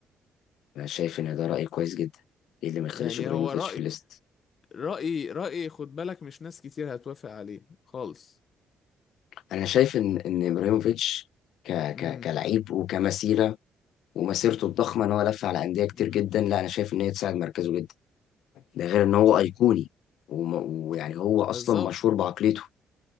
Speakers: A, on the left; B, on the left.
A: انا شايف ان ده راي كويس جدا ايه اللي ما يخليش
B: يعني
A: ابراهيموفيتش
B: هو رأي
A: في الليست
B: رأي رأي خد بالك مش ناس كتير هتوافق عليه خالص
A: انا شايف ان ان ابراهيموفيتش ك ك
B: امم
A: كلعيب وكمسيره ومسيرته الضخمه ان هو لف على انديه كتير
B: امم
A: جدا لا انا شايف ان هي تساعد مركزه جدا ده غير ان هو ايقوني وم- ويعني هو اصلا
B: بالظبط
A: مشهور بعقليته